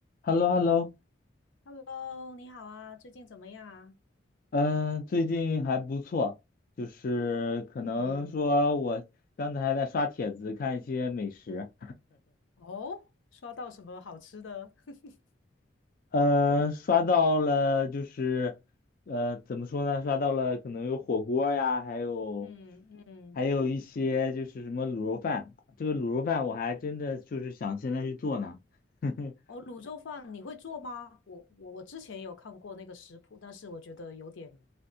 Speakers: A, on the left; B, on the left.
A: h e l l o h e l l o
B: Hello，你好啊，最近怎么样啊？
A: 嗯，最近还不错，就是可能说我刚才还在刷帖子看一些美食，
B: 嗯，哦，刷到什么好吃的？<laughs>
A: 呃，刷到了就是，呃，怎么说呢？刷到了可能有火锅呀，还有
B: 嗯嗯，
A: 还有一些就是什么卤肉饭，这个卤肉饭我还真的就是想现在去做呢。<laughs>
B: 哦，卤肉饭你会做吗？我我我之前有看过那个食谱，但是我觉得有点